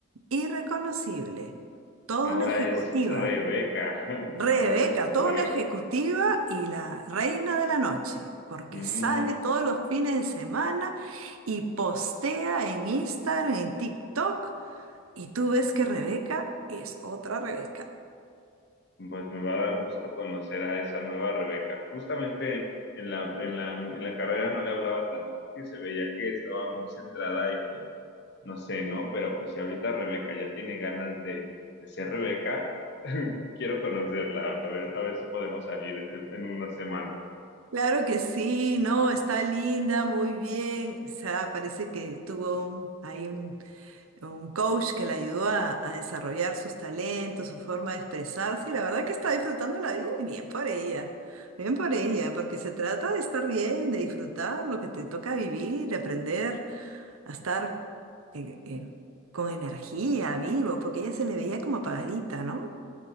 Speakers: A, on the right; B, on the left.
A: irreconocible. Toda
B: Ahora
A: una ejecutiva.
B: es Rebeca, <laughs>
A: Rebeca,
B: ahora es Rebeca.
A: toda una ejecutiva y la reina de la noche. Porque
B: Mm,
A: sale todos los fines de semana y postea en Instagram, en TikTok. Y tú ves que Rebeca es otra Rebeca.
B: Pues me va a dar gusto conocer a esa nueva Rebeca. Justamente en la, en la, en la carrera no le hablaba tanto porque se veía que estaba muy centrada y pues no sé, ¿no? Pero pues si ahorita Rebeca ya tiene ganas de, de ser Rebeca, <laughs> quiero conocerla, a ver, a ver si podemos salir este- en una semana.
A: Claro que sí, no, está linda, muy bien. O sea, parece que tuvo un- ahí un, un coach que la ayudó a, a desarrollar sus talentos, su forma de expresarse, y la verdad que está disfrutando la vida y bien por ella, bien por ella, porque se trata de estar bien, de disfrutar lo que te toca vivir, de aprender a estar eh, eh, con energía, vivo, porque ella se le veía como apagadita, ¿no?